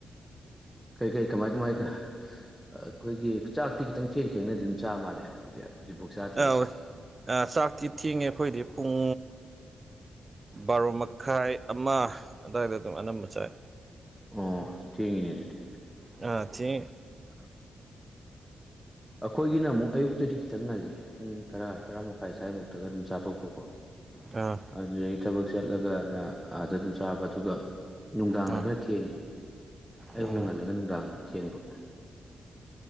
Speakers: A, in the centre; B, on the right.
A: ꯀꯩ ꯀꯩ ꯀꯃꯥꯏ ꯀꯃꯥꯏ ꯑꯩꯈꯣꯏꯒꯤ ꯆꯥꯛꯇꯤ ꯈꯤꯇꯪ ꯊꯦꯡ ꯊꯦꯡꯅ ꯑꯗꯨꯝ ꯆꯥ ꯃꯥꯜꯂꯦ ꯑꯗꯨꯗꯤ ꯍꯧꯖꯤꯛ ꯚꯣꯛꯁꯥꯗꯦ
B: ꯑ
A: ꯍꯥꯏꯁꯦ
B: ꯆꯥꯛꯇꯤ ꯊꯦꯡꯉꯦ ꯑꯩꯈꯣꯏꯗꯤ ꯄꯨꯡ ꯕꯥꯔꯣ ꯃꯈꯥꯏ ꯑꯃ ꯑꯗꯨꯋꯥꯏꯗ ꯑꯗꯨꯝ ꯑꯅꯝꯕ ꯆꯥꯏ
A: ꯑꯣ ꯊꯦꯡꯉꯤꯅꯦ ꯑꯗꯨꯗꯤ
B: ꯊ
A: ꯑꯩꯈꯣꯏꯒꯤꯅ ꯑꯃꯨꯛ ꯑꯌꯨꯛꯇꯗꯤ ꯈꯤꯇꯪ ꯉꯜꯂꯦ ꯄꯨꯡ ꯇꯔꯥ ꯇꯔꯥ ꯃꯈꯥꯏ ꯁ꯭ꯋꯥꯏꯐꯥꯎꯗꯒ ꯑꯗꯨꯝ ꯆꯥꯊꯣꯛꯄꯀꯣ
B: ꯑꯥ
A: ꯑꯗꯨꯗꯒꯤ ꯊꯕꯛ ꯆꯠꯂꯒꯅ ꯑꯥꯗ ꯑꯗꯨꯝ ꯆꯥꯕ ꯑꯗꯨꯒ ꯅꯨꯡꯗꯥꯡꯅ
B: ꯑꯥ
A: ꯈꯔ ꯊꯦꯡꯉꯤ ꯑꯌꯨꯛ
B: ꯑꯣ
A: ꯅ ꯉꯜꯂꯒ ꯅꯨꯡꯗꯥꯡꯅ ꯊꯦꯡꯕ